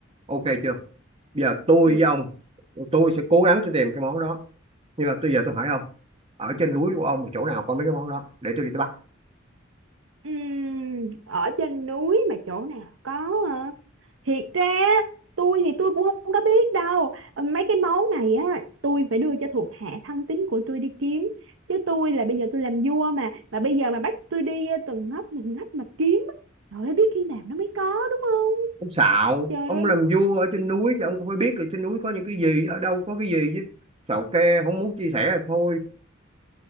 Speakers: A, on the right (about 30°); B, on the right (about 80°).
A: ok chưa bây giờ tôi
B: ừ,
A: với ông tôi sẽ cố gắng tôi tìm cái món đó nhưng mà tôi giờ tôi hỏi ông ở trên núi của ông mà chỗ nào có mấy cái món đó để tôi đi tôi bắt
B: ừm, ở trên núi mà chỗ nào có ờ, thiệt ra tôi thì tôi cũng không có biết đâu mấy cái món này á tôi phải đưa cho thuộc hạ thân tín của tôi đi kiếm chứ tôi là bây giờ tôi làm vua mà mà bây giờ mà bắt tôi đi ờ, từng ngóc từng ngách mà kiếm á, trời ơi biết khi nào nó mới có đúng không
A: ông xạo
B: trời
A: ông
B: ơi
A: làm vua ở trên núi thì ông cũng phải biết được trên núi có những cái gì ở đâu có cái gì chứ xạo ke không muốn chia sẻ là thôi